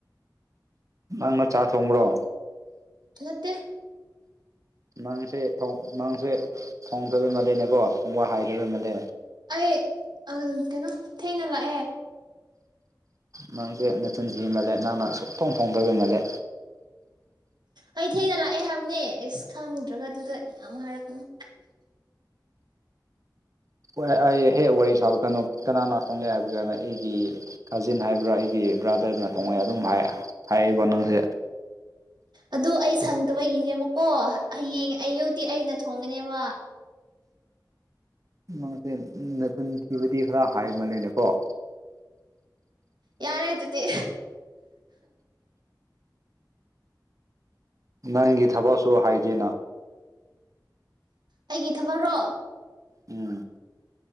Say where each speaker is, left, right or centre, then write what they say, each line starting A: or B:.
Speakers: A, on the right; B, on the right.
A: ꯅꯪꯅ ꯆꯥꯛ ꯊꯣꯡꯕ꯭ꯔꯣ
B: ꯅꯠꯇꯦ
A: ꯅꯪꯁꯦ ꯊꯣꯡꯗ ꯅꯪꯁꯦ ꯊꯣꯡꯗꯕ ꯃꯥꯂꯦꯅꯦꯀꯣ ꯊꯣꯡꯕ ꯍꯥꯏꯗꯕꯩ ꯃꯥꯂꯦꯅꯦ
B: ꯑꯩ ꯀꯩꯅꯣ ꯊꯦꯡꯅ ꯂꯥꯛꯑꯦ
A: ꯅꯪꯁꯦ ꯅꯆꯤꯟ ꯊꯤꯃꯥꯜꯂꯦ ꯅꯪꯅ ꯁꯨꯡꯊꯣꯡ ꯊꯣꯡꯗꯕ ꯃꯥꯜꯂꯦ
B: ꯑꯩ ꯊꯦꯡꯅ ꯂꯥꯛꯑꯦ ꯍꯥꯏꯕꯅꯦ ꯑꯁ ꯈꯪꯗ꯭ꯔꯒ ꯑꯗꯨꯗ ꯌꯥꯝ ꯍꯥꯏꯔꯛꯀꯅꯨ
A: ꯑꯥ ꯑꯩ ꯍꯦꯛ ꯋꯥꯔꯤ ꯁꯥꯕꯒꯥꯟ ꯀꯩꯅꯣ ꯀꯅꯥꯅꯅꯥ ꯊꯣꯡꯒꯦ ꯍꯥꯏꯕꯒꯥꯟꯅ ꯑꯩꯒꯤ ꯀꯥꯖꯤꯟ ꯍꯥꯏꯕ꯭ꯔꯥ ꯑꯩꯒꯤ ꯕ꯭ꯔꯥꯗꯔꯅ ꯊꯣꯡꯉꯦ ꯑꯗꯨꯝ ꯍꯥꯏꯌꯦꯕ ꯅꯪꯁꯦ
B: ꯑꯗꯨ ꯑꯩ ꯁꯪꯗꯕꯒꯤꯅꯦꯕꯀꯣ ꯍꯌꯦꯡ ꯑꯌꯨꯛꯗꯤ ꯑꯩꯅ ꯊꯣꯡꯒꯅꯦꯕ
A: ꯅꯪꯁꯦ ꯅꯆꯤꯟ ꯊꯤꯕꯗꯤ ꯈꯔ ꯍꯥꯏ ꯃꯥꯜꯂꯦꯅꯦꯀꯣ
B: ꯌꯥꯔꯦ ꯑꯗꯨꯗꯤ
A: ꯅꯪꯒꯤ ꯊꯕꯛꯁꯨ ꯍꯥꯏꯗꯦꯅ
B: ꯑꯩꯒꯤ ꯊꯕꯛꯔꯣ
A: ꯎꯝ